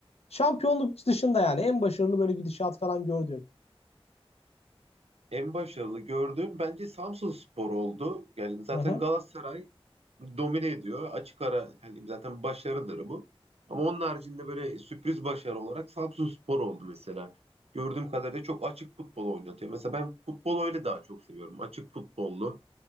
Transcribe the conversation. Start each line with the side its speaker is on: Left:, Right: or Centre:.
Left: Şampiyonluk dışında yani en başarılı böyle gidişat falan gördüğün.
Right: en başarılı gördüğüm bence Samsunspor oldu. Yani zaten
Left: Hı hı.
Right: Galatasaray domine ediyor. Açık ara hani zaten başarıdır bu. Ama onun haricinde böyle sürpriz başarı olarak Samsunspor oldu mesela. Gördüğüm kadarıyla çok açık futbol oynatıyor. Mesela ben futbolu öyle daha çok seviyorum. Açık futbollu,